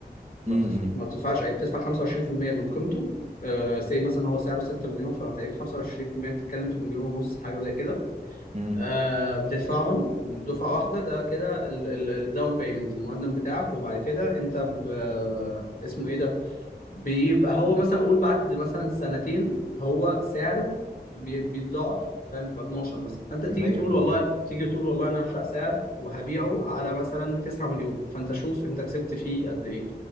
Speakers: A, on the left; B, on the right.
A: ما
B: امم
A: بتدف... ما بتدفعش أي بتدفع 25% من قيمته آه سي مثلا هو سعره 6 مليون فأنت تقريبا 25% بتتكلم في مليون ونص حاجة زي كده
B: امم
A: آه، بتدفعهم دفعة واحدة ده كده الداون بيمنت المقدم بتاعك وبعد كده أنت ب... آه، اسمه إيه ده بيبقى هو مثلا قول بعد مثلا سنتين هو سعره بي... بيتضاعف فاهم بيبقى 12 مثلا فانت تيجي
B: 100%
A: تقول والله تيجي تقول والله انا هحرق سعر وهبيعه على مثلا 9 مليون فانت شوف انت كسبت فيه قد ايه